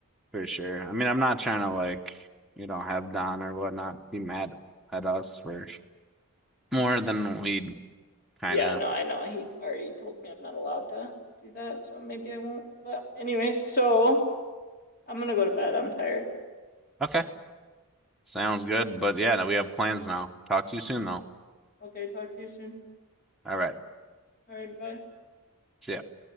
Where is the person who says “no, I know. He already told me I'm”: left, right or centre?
Left